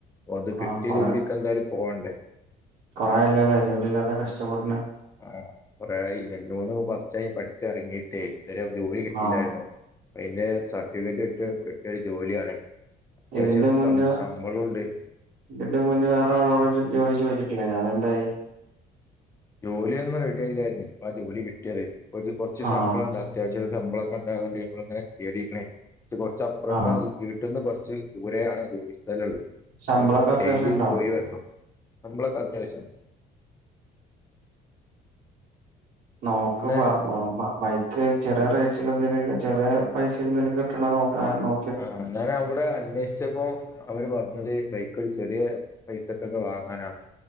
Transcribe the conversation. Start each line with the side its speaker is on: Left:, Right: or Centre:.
Left: അത് കിട്ടിയ
Right: ആഹ് കൊറേ
Left: ജോലിക്ക് എന്തായാലും പോവണ്ടേ
Right: കൊറേ ആയല്ലല്ലേ ജോലി ഇല്ലാതെ കഷ്ടപ്പെടണ്
Left: ആഹ് കുറേയായി രണ്ട് മൂന്ന് വർഷായി പഠിച്ച് ഇറങ്ങിയിട്ടേ ഇതുവരെ ജോലി കിട്ടിയില്ലായിരുന്നു
Right: ആഹ്
Left: അയ്ന്റെ സർട്ടിഫിക്കറ്റ് കിട്ടിയ കിട്ടിയൊരു ജോലിയാണെ അത്യാവശ്യം
Right: ഇതിന്റെ മുന്നേ
Left: ശമ്പളൂണ്ട്
Right: ഇതിന്റെ മുന്നേ വേറെ ആളോട് ജോലി ചോദിച്ചിട്ടില്ലേയ്ന്നൊ അതെന്തായി
Left: ജോലിയൊന്നും റെഡി ആയില്ലായിരുന്നു ഇപ്പം ജോലി കിട്ടിയത് ഒരു കുറച്ച്
Right: ആഹ്
Left: ശമ്പളം ഉണ്ട് അത്യാവശ്യം ഒക്കെ ശമ്പളമൊക്കെ <unintelligible> കുറച്ചപ്പുറത്താണ്
Right: ആഹ്
Left: ഇത് കിട്ടി വീട്ടിന്ന് കൊർച്ച് ദൂരെയാണ് ജോലി സ്ഥലം ഉള്ളത്
Right: ശമ്പളൊക്കെ
Left: അപ്പോ
Right: അത്യാവശ്യം
Left: ഡെയിലി
Right: ഉണ്ടോ
Left: പോയി വരണം ശമ്പളൊക്കെ അത്യാവശ്യണ്ട്
Right: നോക്ക്
Left: പിന്നെ
Right: ബ ബ ബൈക്ക് ചെറിയ റേറ്റിൽ എന്തേലും ചെറിയ പൈസേൽ എന്തേലും കിട്ടണ നോ നോ
Left: ആഹ് ഞാൻ അവിടെ അന്വേഷിച്ചപ്പോ അവര് പറഞ്ഞത് ബൈക്ക് ചെറിയ പൈസക്കൊക്കെ വാങ്ങാനാണ്